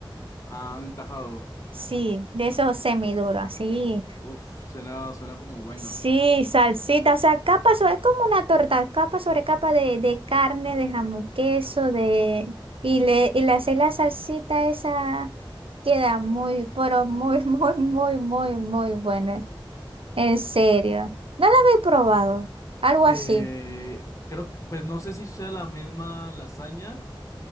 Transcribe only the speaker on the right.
sí, de esos semiduros, así.
Sí, salsita, o sea, capa sobre, es como una torta, capa sobre capa de, de carne, de jamón, queso, de... Y le, y le hacéis la salsita esa, queda muy, pero muy, <laughs> muy, muy, muy, muy buena. En serio. ¿No la habéis probado? Algo
así.